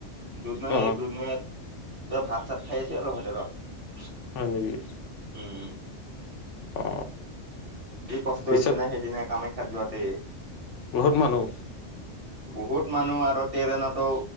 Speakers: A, on the right; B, on the left.
A: দুতনৈ
B: অ
A: দুনৈত ত ভাত চাত খাই আহিছোঁ আৰু হোটেলত
B: হয় নেকি
A: উম
B: অ
A: কি কষ্ট
B: পিছত
A: হৈছে নে সেইদিনা কামাখ্যাত যোৱাতে
B: বহুত মানুহ
A: বহুত মানুহ আৰু ট্ৰেৰেনতো